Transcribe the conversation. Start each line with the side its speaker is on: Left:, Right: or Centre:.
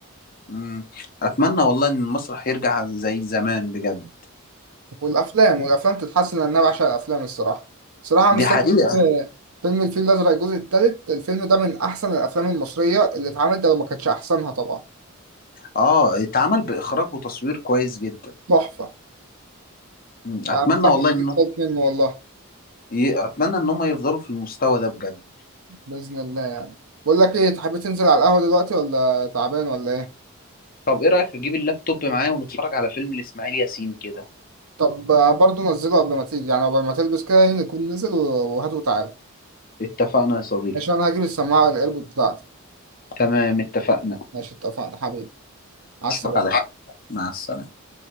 Left: مم. اتمنى والله ان المسرح يرجع زي زمان بجد
Right: والافلام والافلام تتحسن لان انا بعشق الافلام الصراحه صراحه أنا
Left: دي
Right: مستني
Left: حقيقة
Right: فيلم فيلم الفيل الازرق الجزء الثالث الفيلم ده من احسن الافلام المصريه اللي اتعملت ده لو ما كانتش احسنها طبعا
Left: اه اتعمل باخراج وتصوير كويس جدا
Right: تحفه
Left: مم. اتمنى
Right: انا مستني
Left: والله
Right: الجزء
Left: ان
Right: الثالث منه والله
Left: ي- اتمنى ان هم يفضلوا في المستوى ده بجد
Right: باذن الله يعني بقول لك ايه تحب تنزل على القهوه دلوقتي ولا تعبان ولا ايه
Left: طب ايه رايك اجيب اللابتوب معايا ونتفرج على فيلم لاسماعيل ياسين كده
Right: طب آه، برضه نزله قبل ما تيجي يعني قبل ما تلبس كده يعني نكون نزل و- وهات وتعال
Left: اتفقنا يا صديقي
Right: ماشي انا هجيب السماعه الايربود بتاعتي
Left: تمام اتفقنا
Right: ماشي اتفقنا حبيبي على
Left: اشوفك
Right: السلامه
Left: على خير مع السلامه